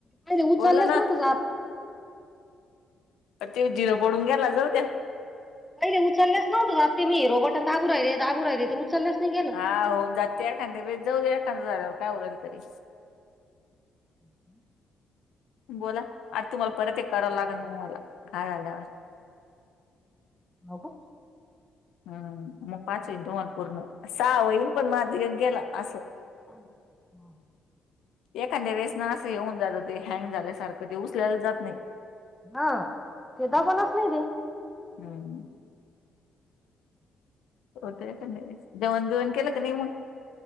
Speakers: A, in the centre; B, on the left (about 85°).
A: पहिले उचललंच
B: बोल ना
A: नव्हतं जात
B: ते जिरो पडून गेला जाऊ त्या
A: पहिले उचललेस नव्हत आता मी हिरो बटन दाबू राहिले दाबू राहिले ते उचललेस नाही.
B: हा होऊन जात एखादे बे जाऊ दे एखाद झाल्यावर काय उल तरी
A: हम्.
B: बोला आता तुम्हाला परत एक करावं लागेल मग मला काय झाल्यावर
A: हो का.
B: हम्म मग पाच होईन तुम्हाला पूर्ण सहा होहीन पण माझ एक गेला असं
A: हा.
B: एखाद्या वेसना असं हेऊन जातं ते हँग झाल्यासारखं ते उचल्यालं जात नाही.
A: हा ते दबनाच नाही ते.
B: हम्. हो ते जेवण बीवण केलं का नाही मग.